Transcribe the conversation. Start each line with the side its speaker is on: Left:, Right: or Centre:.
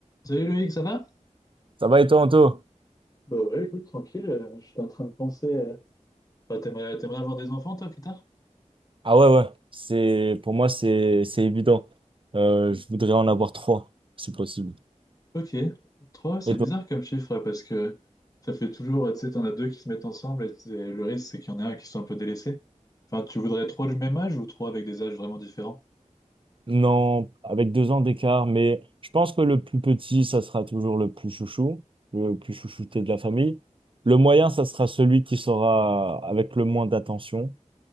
Left: Salut Loïc, ça va?
Right: Ça va et toi, Anto?
Left: Bah ouais, écoute, tranquille, euh, je suis en train de penser. euh, Bah, t'aimerais, t'aimerais avoir des enfants, toi, plus tard?
Right: Ah ouais, ouais. C'est, pour moi, c'est, c'est évident. Euh, je voudrais en avoir trois, si possible.
Left: Ok. Trois, c'est
Right: Et
Left: bizarre
Right: toi?
Left: comme chiffre, ouais, parce que ça fait toujours, euh, tu sais, t'en as deux qui se mettent ensemble, et c'est- le risque, c'est qu'il y en a un qui soit un peu délaissé. Enfin, tu voudrais trois du même âge ou trois avec des âges vraiment différents?
Right: Non, avec deux ans d'écart, mais je pense que le plus petit, ça sera toujours le plus chouchou, le plus chouchouté de la famille. Le moyen, ça sera celui qui sera avec le moins d'attention.